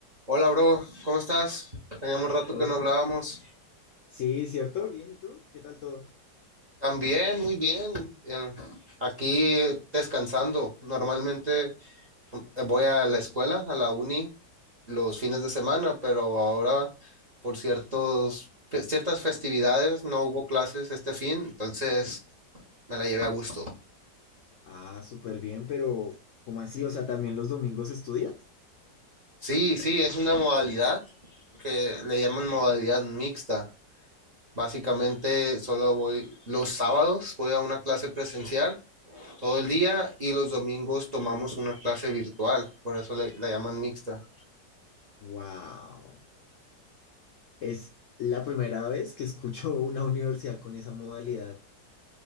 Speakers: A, on the right (about 40°); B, on the left (about 75°).
A: Hola, bro, ¿cómo estás? Teníamos rato
B: Ol-
A: que no hablábamos.
B: Sí, ¿cierto? Bien, ¿y tú? ¿Qué tal todo?
A: También, muy bien. eh, Aquí eh, descansando. Normalmente eh, voy a la escuela, a la uni, los fines de semana, pero ahora por ciertos, fe- ciertas festividades no hubo clases este fin, entonces me la llevé a gusto.
B: Ah, súper bien, pero ¿cómo así? O sea, ¿también los domingos estudias?
A: Sí, sí, es una modalidad que le llaman modalidad mixta. Básicamente solo voy los sábados, voy a una clase presencial todo el día y los domingos tomamos una clase virtual, por eso le- la llaman mixta.
B: Wow. Es la primera vez que escucho una universidad con esa modalidad.